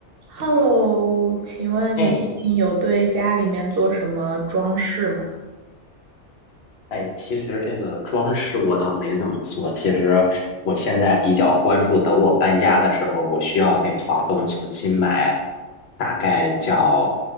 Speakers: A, on the right; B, on the left.
A: Hello，请问你最近有对家里面做什么装饰吗？
B: 哎哎，其实这个装饰我倒没怎么做。其实我现在比较关注，等我搬家的时候，我需要给房东重新买，大概叫